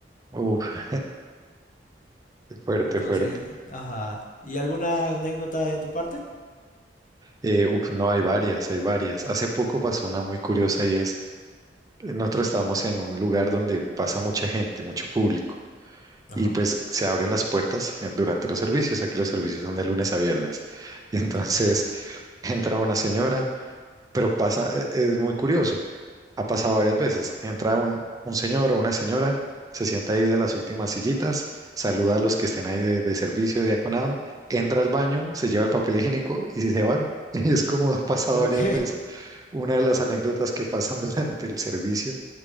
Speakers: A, on the right; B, on the left.
A: Uf, fuerte,
B: Entonces,
A: fuerte.
B: ajá. ¿Y alguna anécdota de tu parte?
A: Eh, uf, no, hay varias, hay varias. Hace poco pasó una muy curiosa y es, eh, nosotros estábamos en un lugar donde pasa mucha gente, mucho público,
B: Ajá.
A: y pues se abren las puertas eh, durante los servicios. Aquí los servicios son de lunes a viernes. Y Entonces
B: Oh, ya.
A: <laughs> entra una señora pero pasa, e- es muy curioso. Ha pasado varias veces. Entra un, un señor o una señora, se sienta ahí de las últimas sillitas, saluda a los que estén ahí de, de servicio, de diaconado, entra al baño, se lleva el papel higiénico y se van. <laughs> Y es como ha pasado
B: Ok,
A: varias veces. Una de las anécdotas que pasan <laughs> durante el servicio,